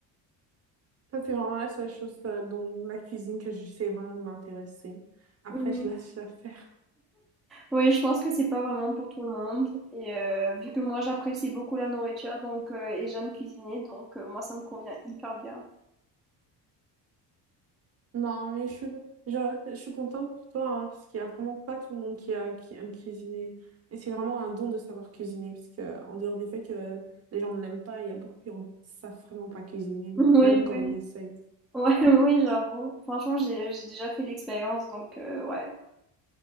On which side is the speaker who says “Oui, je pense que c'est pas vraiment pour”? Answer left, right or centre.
Centre